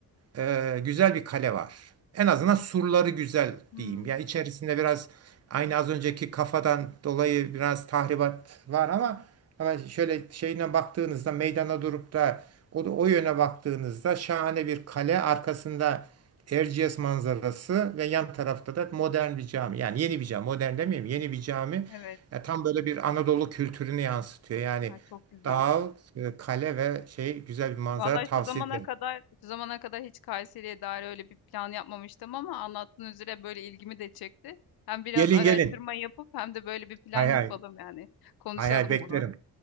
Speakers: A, on the right (about 45°); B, on the left (about 75°).
A: e, güzel bir kale var. En azından surları güzel
B: Hmm,
A: diyeyim. Ya içerisinde biraz aynı az önceki kafadan dolayı biraz tahribat var ama ama şöyle şeyine baktığınızda meydana durup da o, o yöne baktığınızda şahane bir kale arkasında Erciyes manzarası ve yan tarafta da modern bir cami. Yani yeni bir cami, modern demeyeyim, yeni bir cami.
B: Evet.
A: Ya tam böyle bir Anadolu kültürünü yansıtıyor. Yani
B: Ay, çok güzel.
A: dağ, e, kale ve şey güzel bir manzara
B: Vallahi
A: tavsiye
B: şu zamana
A: ederim.
B: kadar şu zamana kadar hiç Kayseri'ye dair öyle bir plan yapmamıştım ama anlattığın üzere böyle ilgimi de çekti. Hem biraz
A: Gelin
B: araştırma
A: gelin.
B: yapıp hem de böyle bir plan
A: Hay
B: yapalım
A: hay.
B: yani. Konuşalım
A: Hay hay beklerim.
B: bunu.